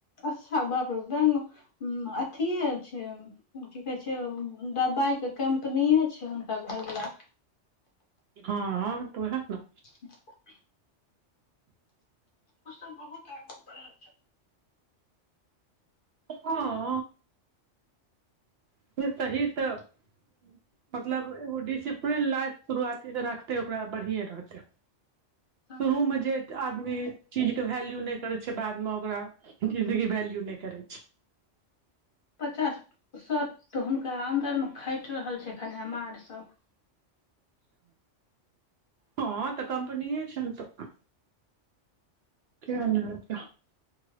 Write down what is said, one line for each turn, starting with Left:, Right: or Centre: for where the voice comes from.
Left: अच्छा बाप रे बैंग अथिये छै की कहै छै दबबाइ के कम्पने छै हुनका घरवला
Right: हँ तऽ ओहे नऽ
Left: <inaudible> ओ सब बहुत आगू बढ़ल छै
Right: हँ <unintelligible> मतलब एगो डिसिप्लीन लाइफ शुरुआती जे रखते ओकरा बढ़िये रहते
Left: तऽ
Right: शुरूमे जे आदमी चीज के वैल्यू नहि करै छै बादमे ओकरा जिंन्दगी वैल्यू नहि करै छै
Left: पचास सए तऽ हुनका अन्दर मे खटि रहल छै एखन एम् आर सब
Right: हँ तऽ कम्पनी छै ने तऽ <unintelligible>